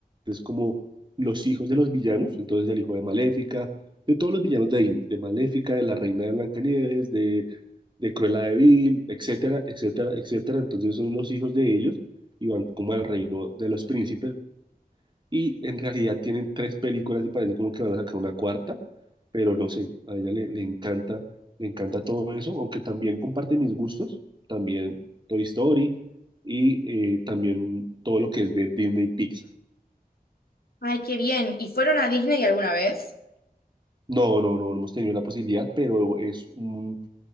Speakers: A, on the right; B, on the left.
A: es como los hijos de los villanos, entonces el hijo de Maléfica, de todos los villanos de Disney, de Maléfica, de la reina de Blancanieves, de, de Cruella de Vil, etcétera, etcétera, etcétera. Entonces son los hijos de ellos y van como al reino de los príncipes y en realidad tienen tres películas y parece como que van a sacar una cuarta, pero no sé, a ella le, le encanta, le encanta todo eso, aunque también comparte mis gustos, también Toy Story y eh, también todo lo que es de Disney y Pixar.
B: Ay, qué bien. ¿Y fueron a Disney alguna vez?
A: No, no, no, no hemos tenido la posibilidad, pero es un,